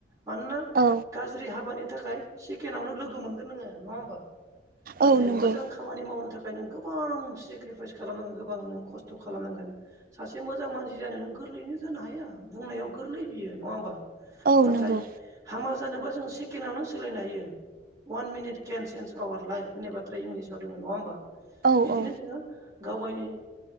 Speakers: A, on the right; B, on the right.
A: मानोना
B: औ
A: गाज्रि हाबानि थाखाय सिकेनावनो लोगो मोनगोन नोङो नङा होमबा नाथाय
B: औ नंगौ
A: मोजां खामानि मावनो थाखाय नों गोबां सेक्रिफाइस खालामनांगोन गोबां खस्थ' खालामनांगोन सासे मोजां मानसि जानो नों गोरलैनो जानो हाया बुंनायाव गोरलै बियो नङा होमबा
B: औ
A: नाथाय
B: नंगौ
A: हामा जानोबा जों सेकेनावनो सोलायनो हायो। अवान मिनिट केेन सेन्स आवार लाइफ होननाय बाथ्रा इंलिसाव दोङो नङा होमबा
B: औ
A: बिदिनो
B: औ
A: जोङो। गाव गायनि